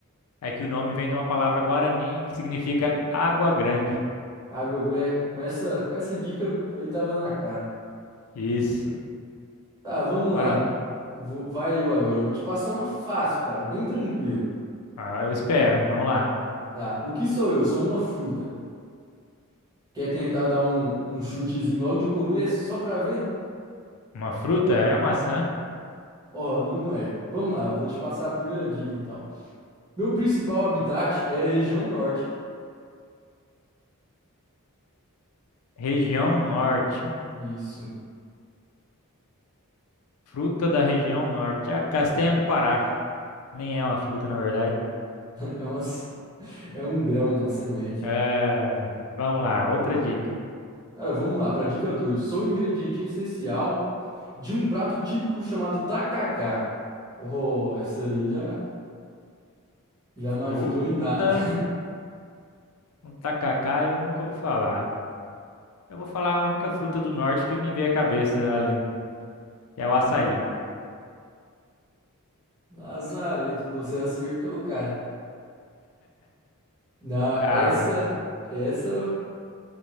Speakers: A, on the left (about 80°); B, on the right (about 20°).
A: é que o nome vem de uma palavra guarani que significa água grande.
B: água gré. Com essa, com essa dica aí tava na cara.
A: Isso.
B: Tá, vamos
A: Agora,
B: lá. Eu vou- vai eu agora. Eu vou te passar uma fácil, cara, bem tranquila.
A: ah, eu espero. Vamos lá.
B: Tá. O que sou eu? Sou uma fruta. Quer tentar dar um, um chutezinho logo de começo, só pra ver?
A: Uma fruta é a maçã.
B: Ó, não é. Vamos lá, eu vou te passar a primeira dica então. Meu principal habitat é a região norte.
A: Região Norte.
B: Isso. <laughs>
A: Fruta da região Norte. A castanha do Pará. Nem é uma fruta, na verdade.
B: É uma, É um grão, uma semente.
A: É, vamos lá, outra dica.
B: Cara, vamos lá, para dica 2. Sou um ingrediente essencial de um prato típico chamado tacacá. Oh, essa aí já, já não
A: Fruta.
B: ajudou em nada.
A: O tacacá eu nunca ouvi falar. Eu vou falar a única fruta do norte que me veio à cabeça, além, que é o açaí.
B: <laughs> Lazarento, você acertou, cara. Não,
A: Ah,
B: essa,
A: vai.
B: essa